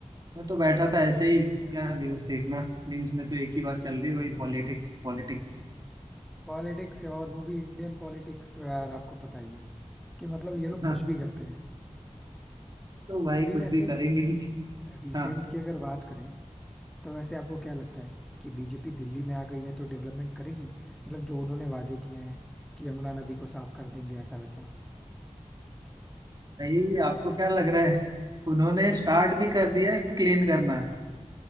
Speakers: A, on the right; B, in the centre.
A: मैं तो बैठा था ऐसे ही यार न्यूज़ देखना न्यूज़ में तो एक ही बात चल रही है वही पॉलिटिक्स पॉलिटिक्स
B: पॉलिटिक्स और वो भी इंडियन पॉलिटिक्स तो यार आपको पता ही है कि मतलब ये लोग
A: हाँ
B: कुछ भी करते हैं
A: तो भाई
B: अभी
A: कुछ
B: वैसे
A: भी करेंगे ही
B: रिसेंट
A: हाँ
B: की अगर बात करें तो वैसे आपको क्या लगता है कि बीजेपी दिल्ली में आ गई है तो डेवलपमेंट करेगी मतलब जो उन्होंने वादे किए हैं कि यमुना नदी को साफ कर देंगे ऐसा वैसा
A: यही आपको क्या लग रहा है उन्होंने स्टार्ट भी कर दिया है क्लीन करना